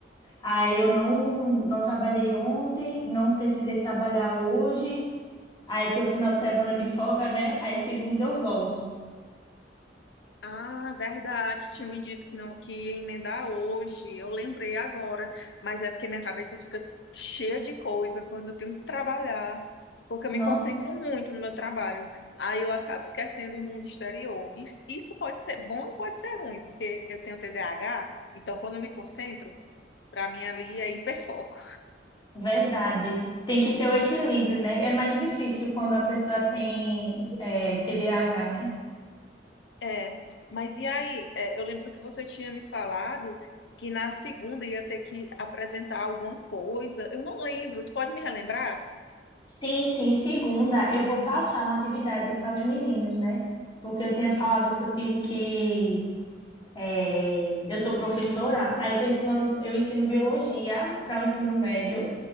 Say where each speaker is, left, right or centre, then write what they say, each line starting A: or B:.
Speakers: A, on the left (about 25°); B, on the left (about 80°).
A: Aí eu não, não trabalhei ontem, não precisei trabalhar hoje. Aí tem o final de semana de folga, né? Aí segunda eu volto.
B: Ah, verdade. Tinha me dito que não que ia emendar hoje. Eu lembrei agora, mas é porque minha cabeça fica cheia de coisa quando eu tenho que trabalhar, porque eu
A: Não,
B: me concentro muito no meu trabalho. Aí eu acabo esquecendo o mundo exterior. Isso, isso pode ser bom ou pode ser ruim, porque eu tenho TDAH, então quando eu me concentro, para mim ali é hiperfoco.
A: verdade. Tem que ter o equilíbrio, né? É mais difícil quando a pessoa tem, é, TDAH, né?
B: É, mas e aí? É, eu lembro que você tinha me falado que na segunda ia ter que apresentar alguma coisa. Eu não lembro. Tu pode me relembrar?
A: Sim, sim. Segunda, eu vou passar uma atividade para os meninos, né? Porque eu tinha
B: Sim.
A: falado contigo que é, eu sou professora, aí eu tô ensinando, eu ensino biologia para o ensino médio.